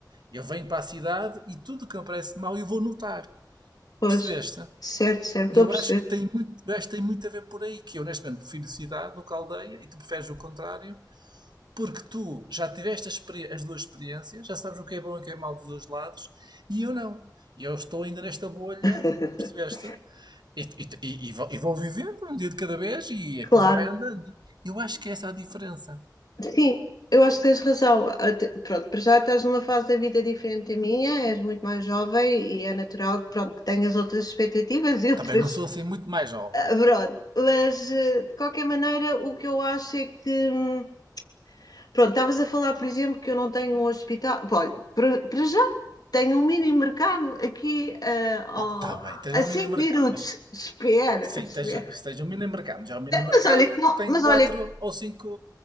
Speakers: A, on the right; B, on the left.
A: eu venho para a cidade e tudo que me parece mal eu vou notar.
B: pois.
A: Percebeste?
B: Certo, certo, estou
A: E eu
B: a perceber.
A: acho que tem muito, eu acho que tem muito a ver por aí, que eu honestamente prefiro cidade do que aldeia e tu preferes o contrário porque tu já tiveste as, as duas experiências, já sabes o que é bom e o que é mau dos dois lados, e eu não. E eu estou ainda nesta bolha,
B: <laughs>
A: percebeste? E, e- e- e vou, e vou vivendo um dia de cada vez e
B: Claro.
A: a coisa vai andando. Eu acho que essa é a diferença.
B: Sim, eu acho que tens razão. Até- pronto, para já estás numa fase da vida diferente da minha, és muito mais jovem e é natural que, pronto, que tenhas outras expectativas e outras.
A: Também não sou
B: <laughs>
A: assim muito mais jovem.
B: ah, Pronto, mas eh, de qualquer maneira, o que eu acho é que. hum, Pronto, estavas a falar, por exemplo, que eu não tenho um hospital. Pá, Olha, para para já tenho um mini mercado aqui ah, ao-
A: Oh, tá bem, tens
B: a
A: um
B: 5
A: mini mercado,
B: minutos.
A: mas
B: <laughs> Espera,
A: sim,
B: espera.
A: tens, tens um mini mercado, mas é um mini mercado
B: Mas olha, que não-
A: que tem
B: mas
A: quatro
B: olha,
A: ou cinco